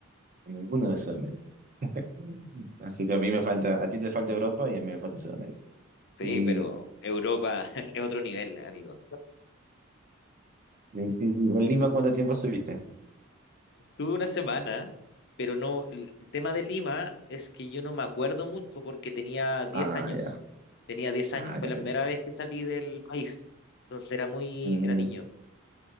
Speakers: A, on the right (about 40°); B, on the left (about 60°).
A: ninguno de Sudamérica. Mm. Así que a mí me falta, a ti te falta Europa y a mí me falta Sudamérica.
B: Sí,
A: ¿Y,
B: pero
A: y-
B: Europa <laughs> es otro nivel, amigo.
A: y en Lima cuánto tiempo estuviste?
B: Tuve una semana, pero no, l- el tema de Lima es que yo no me acuerdo mucho porque tenía diez
A: Ah,
B: años.
A: ya,
B: Tenía 10 años,
A: ah,
B: fue
A: ya,
B: la
A: mira.
B: primera vez que salí del país. Entonces era muy,
A: Mm,
B: era niño,